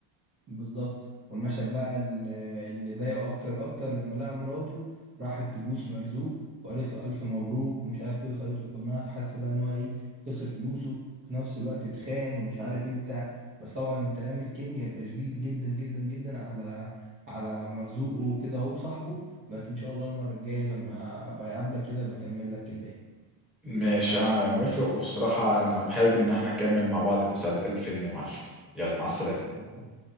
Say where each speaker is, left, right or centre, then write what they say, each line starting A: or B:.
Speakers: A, on the right; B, in the centre.
A: بالظبط والمشهد بقى اللي اللي ضايقه اكتر واكتر لما لقى مراته راحت تبوس مرزوق وقالت له الف مبروك ومش عارف ايه وخدته في حضنها فحس بقى ان هو ايه خسر فلوسه في نفس الوقت اتخان ومش عارف ايه وبتاع بس طبعا انتقام الكينج هيبقى شديد جدا جدا جدا على على مرزوقه وكده هو صاحبه بس ان شاء الله المره الجايه لما ابقى اقابلك كده بكمل لك
B: ماشي انا موافق والصراحه انا حابب ان احنا نكمل مع بعض المسل... الفيلم يا معلم يلا مع السلامه
A: الباقي